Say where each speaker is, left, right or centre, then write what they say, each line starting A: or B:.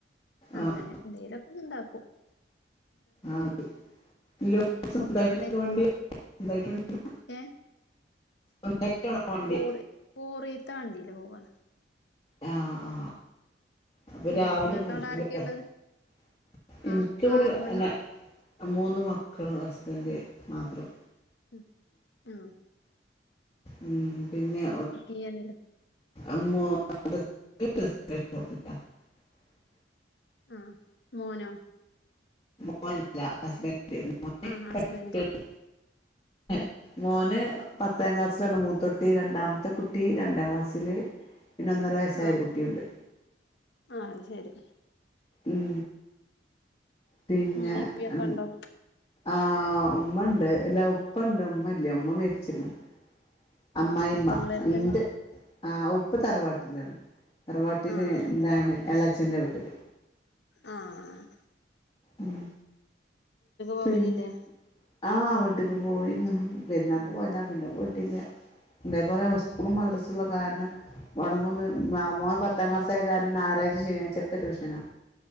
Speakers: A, on the left; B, on the left.
A: അങ്ങനെ
B: ആഹ്
A: എന്തെങ്കിലൊക്കെ ഇണ്ടാക്കും
B: ആന്തെ <unintelligible> സ്വന്തായിട്ട്
A: പൊക്കവട
B: വണ്ടി എന്തായിട്ട് <unintelligible>
A: ഏ
B: ഒന്നായിട്ടാണേവണ്ടി
A: കോറെ കോറെത്താണ്ടില് പോവാണ് <unintelligible>
B: ആ ആ അപ്പൊ
A: ഉം
B: രാവിലെ
A: നിങ്ങക്ക്
B: <unintelligible>
A: അവിടെ ആരൊക്കെയ ഉള്ളത് ആ
B: ൻക്ക് ഇവിടെ
A: ആറ് മണി
B: എന്നെ മൂന്ന് മക്കള് ഹസ്ബന്റ് മാത്രം
A: ഉം ആ
B: ഉം പിന്നെ
A: ചെയ്യാനില്ലേ
B: അമ്മോ <unintelligible>
A: ആഹ് മോനോ
B: മോനല്ല ഹസ്ബൻഡ് മോന്
A: ആഹ് ഹസ്ബൻഡ്
B: പഠിക്കാണ് <unintelligible> മോന് പത്താം ക്ലാസ്സിലാണ് മൂത്ത കുട്ടി രണ്ടാമത്തെ കുട്ടി രണ്ടാം ക്ലാസ്സില് പിന്നെ ഒന്നര വയസ്സായ
A: ആഹ്
B: ഒരു കുട്ടിയുണ്ട്
A: ആഹ് അത് ശരി
B: ഉം പിന്നെ
A: ഉമ്മീം ഇപ്പിയൊക്കെ
B: ആ
A: ഉണ്ടോ
B: ആഹ ഉമ്മണ്ട് അല്ല ഉപ്പണ്ട് ഉമ്മില്ല ഉമ്മ മരിച്ചിരുന്നു അമ്മായിയമ്മ
A: ആഹ് ഉപ്പ ഇങ്ങളെട്ത്തന്നെ
B: ന്റെ ആ ഉ ഇപ്പൊ തറവാട്ടിലാണ് തറവാട്ടില്
A: ആഹ്
B: എന്താണ് എളേച്ചന്റെ വീട്ടില്
A: ആ ആ
B: ഉം
A: പോവലില്ലേ
B: പിന്നെ ആ ട്ട്ക്ക് പോയി നിന്ന് പെരുന്നാക്ക് പോയതാ പിന്നെ പോയിട്ടില്ല എന്താപറയ
A: ഉം
B: ഇസ്‌കൂള് മദ്രസെള്ള കാരണം മുടങ്ങൂന്ന് മോൻ പത്താം ക്ലാസ്സായ കാരണം ഞാറാഴ്ച ശനിയാഴ്ചൊക്കെ ട്യൂഷനാ